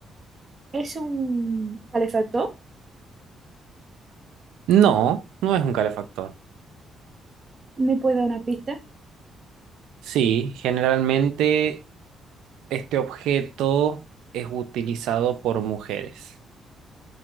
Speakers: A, on the right; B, on the right.
A: es un calefactor
B: No, no es un calefactor.
A: ¿Me puede dar una pista?
B: Sí, generalmente Este objeto es utilizado por mujeres.